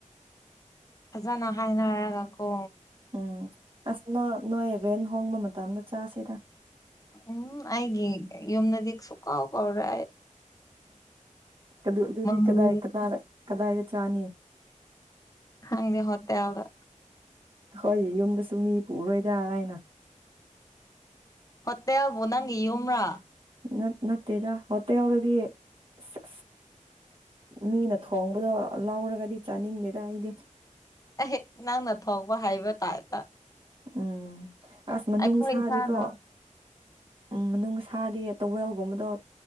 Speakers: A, on the left; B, on the right.
A: ꯐꯖꯅ ꯍꯥꯏꯅꯔꯒ ꯀꯣ
B: ꯎꯝ ꯑꯁ ꯅ ꯅꯣꯏ ꯔꯦꯟ ꯍꯣꯡꯕ ꯃꯇꯝꯗ ꯆꯥꯁꯤꯔ
A: ꯎꯝ ꯑꯩꯒꯤ ꯌꯝꯅꯗꯤꯒ ꯁꯨꯈ ꯍꯕꯎ꯭ꯔ
B: ꯑꯗꯨꯗꯤ
A: ꯃꯤ
B: ꯀꯗꯥꯏ ꯀꯗꯥꯏꯗ ꯆꯥꯅꯤꯌꯦ
A: ꯍꯪꯗꯤꯦ ꯍꯠꯇꯦ ꯌꯥꯎꯗ
B: ꯍꯣꯏ ꯌꯨꯝꯗꯁꯨ ꯃꯤ ꯄꯨꯔꯣꯏꯗ ꯍꯥꯏꯅ
A: ꯍꯣꯇꯦꯜꯕꯨ ꯅꯪꯒꯤ ꯌꯨꯝ꯭ꯔꯥ
B: ꯅ ꯅꯠꯇꯦꯗ ꯍꯠꯇꯦ ꯌꯔꯗꯤ ꯑꯁ ꯃꯤꯅ ꯊꯣꯡꯕꯗꯣ ꯂꯧꯔꯒꯗꯤ ꯆꯥꯅꯤꯡꯗꯦꯗ ꯑꯩꯗꯤ
A: ꯑꯩꯍꯦꯛ ꯅꯪꯅ ꯊꯣꯛꯄ ꯍꯥꯏꯕ ꯇꯥꯢꯄꯠꯇꯥ
B: ꯎꯝ ꯑꯁ ꯃꯅꯨꯡ
A: ꯑꯩꯈꯣꯏ
B: ꯅꯨꯡꯁꯥꯗꯤꯀꯣ
A: ꯏꯁꯥꯅ
B: ꯃꯅꯨꯡ ꯁꯥꯗꯤ ꯇꯋꯦꯜꯒꯨꯝꯕꯗꯣ